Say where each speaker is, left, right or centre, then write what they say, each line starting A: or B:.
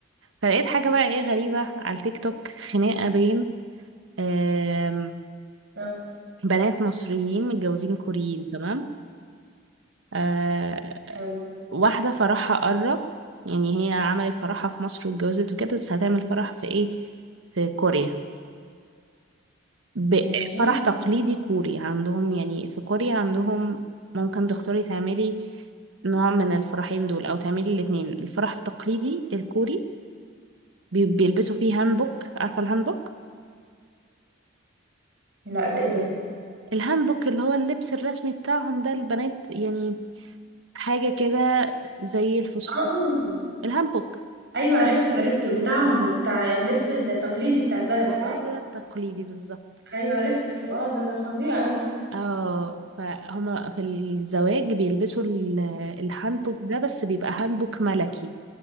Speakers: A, on the right; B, on the right.
A: فلقيت حاجة بقى ايه غريبة على التيك توك خناقة بين آم،
B: طب
A: بنات مصريين متجوزين كوريين تمام آه،
B: حلو
A: واحدة فرحها قرب يعني هي عملت فرحها في مصر واتجوزت وكده بس هتعمل فرح في ايه في كوريا ب-
B: ماشي
A: فرح تقليدي كوري عندهم يعني في كوريا عندهم ممكن تختاري تعملي نوع من الفرحين دول او تعملي الاتنين الفرح التقليدي الكوري بي- بيلبسوا فيه هانبوك عارفة الهانبوك
B: لا ده ايه ده
A: الهانبوك اللي هو اللبس الرسمي بتاعهم ده البنات يعني حاجة كده زي الفسطيل
B: آه.
A: الهانبوك
B: ايوه عرفته عرفته بتاعهم بتاع اللبس التقليدي بتاع البلد
A: حاجة
B: صح
A: تقليدي بالظبط
B: ايوه عرفته اه ده ده فظيع قوي
A: اه فهما في الزواج بيلبسوا ال- الهانبوك ده بس بيبقى هانبوك ملكي